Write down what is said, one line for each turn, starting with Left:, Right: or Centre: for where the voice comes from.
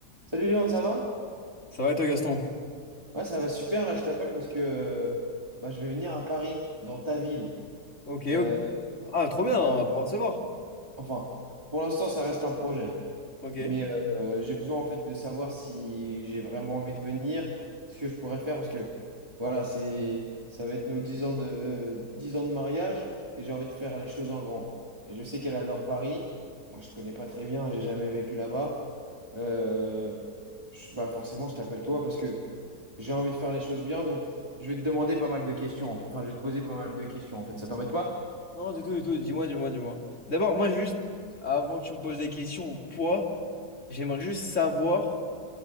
Right: Salut Léon, ça va?
Left: Ça va et toi, Gaston?
Right: Ouais, ça va super là, je t'appelle parce que euh, bah, je vais venir à Paris, dans ta ville.
Left: Ok,
Right: Euh,
Left: ok. Ah, trop bien, on va pouvoir se voir.
Right: enfin, pour l'instant, ça reste un projet. hein.
Left: Ok.
Right: Mais euh, j'ai besoin en fait de savoir si j'ai vraiment envie de venir, ce que je pourrais faire, parce que voilà, c'est ça va être nos 10 ans de, 10 ans de mariage et j'ai envie de faire les choses en grand. Et je sais qu'elle adore Paris. Moi, je connais pas très bien, j'ai jamais vécu là-bas. Euh, je- bah forcément, je t'appelle toi parce que j'ai envie de faire les choses bien, donc je vais te demander pas mal de questions. Enfin, je vais te poser pas mal de questions en fait. Ça t'embête pas?
Left: Non, du tout, du tout. Dis-moi, dis-moi, dis-moi. D'abord, moi, juste, avant que tu me poses des questions ou quoi, j'aimerais juste savoir,